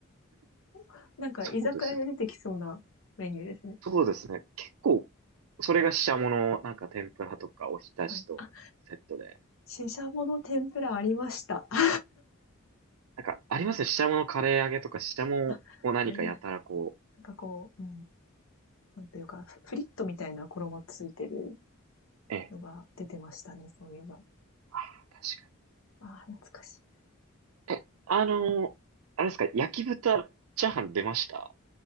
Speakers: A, on the left; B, on the right.
A: <laughs> なんか居酒屋で出てきそうなメニューですね。
B: そうですね。そうですね。結構、それがししゃもの、なんか天ぷらとかおひたしとセットで。
A: はい。あ、シシャモの天ぷらありました。あ、
B: なんか、ありますね。ししゃものカレー揚げとか、ししゃもを何かやたらこ
A: あありますなんかこう、うん。なんていうか、フフリットみたいな衣ついてる
B: う。ええ、
A: のが出てましたね、そういえば。
B: 確
A: ああ、懐かしい。
B: かに。え、あのーあれですか、焼き豚チャーハン出ました